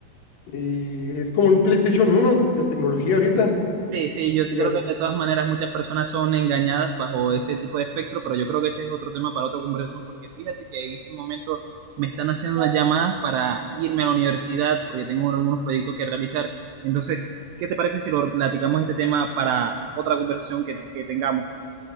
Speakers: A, on the left; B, on the right.
A: Y es como un PlayStation uno de tecnología ahorita.
B: Sí, sí, yo creo
A: Y,
B: que de todas maneras muchas personas son engañadas bajo ese tipo de espectro, pero yo creo que ese es otro tema para otra conversación, porque fíjate que en este momento me están haciendo unas llamadas para irme a la universidad, porque tengo algunos proyectos que realizar. Entonces, ¿qué te parece si lo platicamos este tema para otra conversación que, que tengamos?